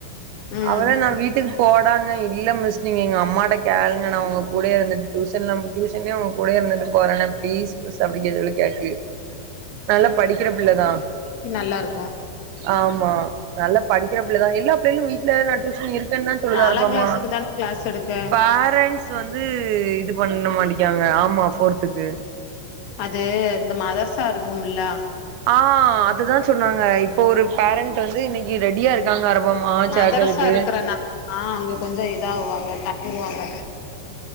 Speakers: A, on the left; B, on the right.
A: ம்
B: அவளே நா வீட்டுக் போடாங்க இல்ல மிஸ் நீங்க எங்க அம்மாட்ட கேளுங்க நா உங்க கூடயே இருந்துட்டு டியூசன்லாம் டியூஷன்லே உங்க கூடே இருந்துட்டு போறனே பிளீஸ் மிஸ் அப்டி கே சொல்லி கேக்கு நல்லா படிக்கிற பிள்ளதா
A: ன் நல்லா இருக்கு
B: ஆமா நல்லா படிக்கிற பிள்ளதா எல்லா பிள்ளைகளு வீட்ல நா டியூஷன் இருக் கன்தா சொல்லு
A: நாலாங்
B: அருபாமா
A: கிளாஸுக்கு தான கிளாஸ் எடுக்க
B: பாரண்ட்ஸ் இது வந்து இது பண்ண மாட்டிக்காங்க ஆமா ஃபோர்த்துக்கு
A: அது இந்த மதர்சா இருக்கும்லா
B: ஆ அதுதா சொன்னாங்க இப்போ ஒரு பேரண்ட் வந்து இன்னிக் க் ரெடியா இருக்காங்க அரபமா
A: மதரசா
B: சேக்கறுக்கு
A: இருக்கறனா ஆ அங்க கொஞ்ச இதா ஆவாங்க தா குவாங்க